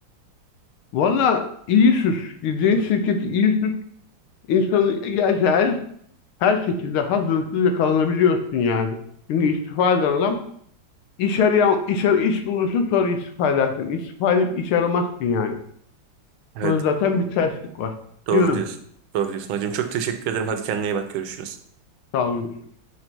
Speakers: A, on the left; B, on the right.
A: Valla iyi süs. Gideceğin şirketi iyi süs. İnsanı gerçi her her şekilde hazırsız yakalanabiliyorsun yani. Çünkü istifa eden adam iş arayan, iş, ar- iş bulursun sonra istifa edersin. İstifa edip iş aramazsın yani.
B: Evet,
A: Burada zaten bir terslik var.
B: doğru
A: Değil mi?
B: diyorsun. Doğru diyorsun hacım. Çok teşekkür ederim. Hadi kendine iyi bak. Görüşürüz.
A: Sağ ol, görüşürüz.